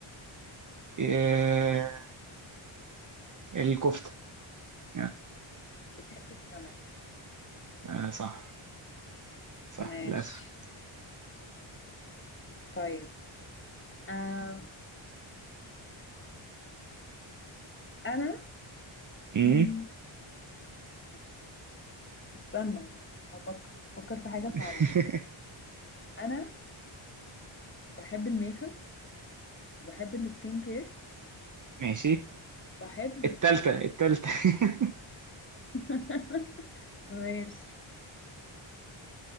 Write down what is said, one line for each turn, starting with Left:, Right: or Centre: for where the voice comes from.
Right: إيه، الكفتة يا،
Left: بتحب السمك
Right: آه صح صح
Left: ماشي
Right: للأسف
Left: طيب أم. انا
Right: امم
Left: مم، ماشي استنى هفكر فكر في حاجه
Right: <laughs>
Left: صعبه انا بحب الميك اب وبحب السكين كير
Right: ماشي
Left: وبحب
Right: التالتة التالتة <laughs>
Left: <laughs> ماشي